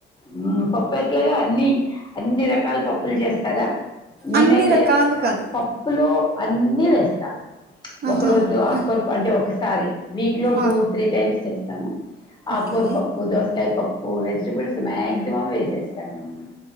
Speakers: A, on the left; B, on the right.
A: హు పప్పు ఎట్లాగా అన్ని అన్ని రకాల పప్పులు చేస్తా చేస్తారా నేనైతే
B: అన్ని రకాలు కాదు
A: పప్పులో అన్నీ వేస్తా
B: ఆహా
A: ఒక రోజు ఆకర్పు
B: ఆ
A: అంటే ఒక సాడీ వీక్ లో టూ,
B: ఆ,
A: త్రీ టైమ్స్ చేస్తాము. ఆ
B: ఓకే
A: కూరిపప్ప్ దోసకాయ్ పప్పు వెజిటబుల్స్ మాక్సిమం వేసేస్తాను. ఉన్నట్